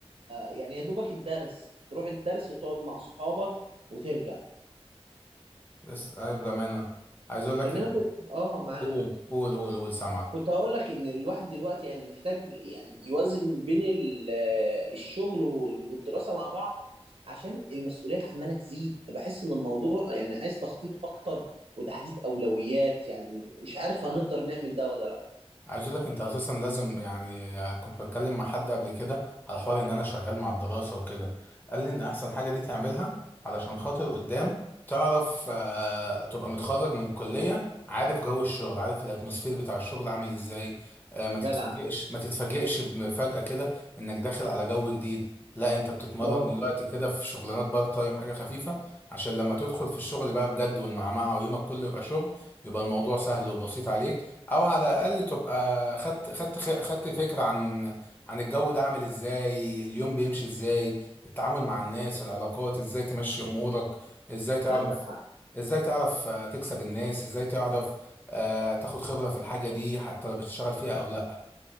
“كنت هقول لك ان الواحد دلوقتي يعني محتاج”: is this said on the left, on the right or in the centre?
Right